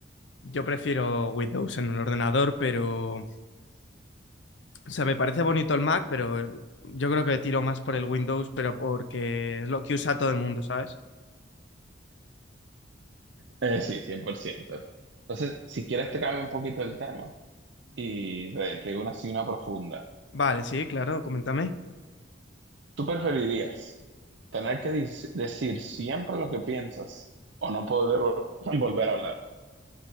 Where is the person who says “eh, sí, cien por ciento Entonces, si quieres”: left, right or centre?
Right